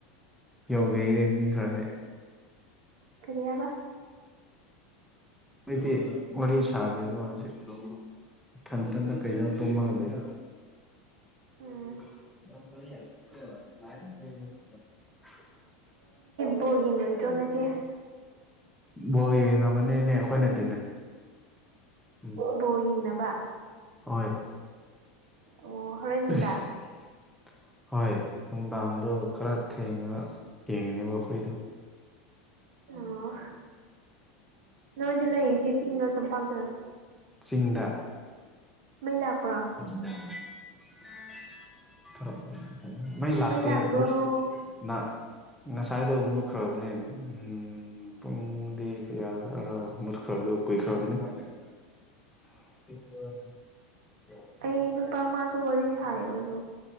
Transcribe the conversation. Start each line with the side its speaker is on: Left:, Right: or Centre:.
Centre: ꯌꯣꯒꯦ <unintelligible> ꯈꯔꯅꯦ
Right: ꯀꯔꯤꯌꯥꯕ
Centre: ꯑꯩꯗꯤ ꯋꯥꯔꯤ ꯁꯥꯗꯦꯕ ꯍꯧꯖꯤꯛ ꯏꯊꯟꯊꯟꯗ
Right: ꯎꯝ
Centre: ꯀꯩꯅꯣ ꯇꯨꯝꯃꯒ ꯂꯩ <inaudible>
Right: ꯎꯝ
Centre: <inaudible>
Right: ꯕꯣ ꯌꯦꯡꯉꯗ꯭ꯔꯣ ꯉꯥꯁꯦ
Centre: ꯕꯣꯜ ꯌꯦꯡꯅꯕꯅꯦꯅꯦ <unintelligible> <inaudible> ꯎꯝ
Right: ꯕꯣꯜ ꯌꯦꯡꯅꯕ
Centre: ꯍꯣꯏ
Right: ꯑꯣ ꯍꯣꯔꯦꯟ ꯅꯨꯡꯗꯥꯡ
Centre: <inaudible> ꯍꯣꯏ ꯅꯨꯡꯗꯥꯡꯗꯣ ꯈꯔ ꯊꯦꯡꯉꯒ ꯌꯦꯡꯉꯅꯦꯕ ꯑꯩꯈꯣꯏꯗꯣ
Right: ꯑꯣ ꯅꯣꯏꯗꯂꯩꯁꯤ ꯆꯤꯡ ꯇꯝꯄꯥꯛꯗꯔ
Centre: ꯆꯤꯡꯗ
Right: ꯂꯥꯛꯄ꯭ꯔꯣ
Centre: <inaudible> ꯃꯩ ꯂꯥꯛꯇ
Right: ꯂꯥꯛꯄ꯭ꯔꯣ
Centre: ꯃꯨꯠꯅ
Right: ꯑꯣ
Centre: ꯉꯁꯥꯏꯗꯣ ꯃꯨꯠꯈ꯭ꯔꯕꯅꯦ ꯎꯝ ꯄꯨꯡꯗꯤ ꯀꯌꯥ-ꯑ- ꯃꯨꯠꯈꯔꯕ ꯀꯨꯏ ꯈꯔꯕꯅꯦ <inaudible>
Right: ꯑꯩ ꯅꯨꯄꯥ ꯃꯥꯁꯨ ꯋꯥꯔꯤ ꯁꯥꯌꯦꯕ ꯑꯗꯣ